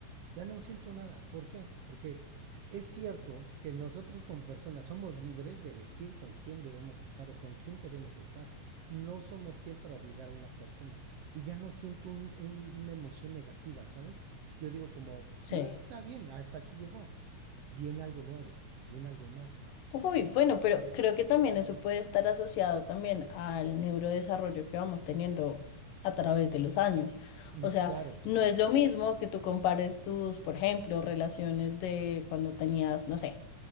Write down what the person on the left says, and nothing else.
Sí.
Uy, bueno, pero creo que también eso puede estar asociado también al neurodesarrollo que vamos teniendo a través de los años.
O sea,
no es lo mismo que tú compares tus, por ejemplo, relaciones de cuando tenías, no sé,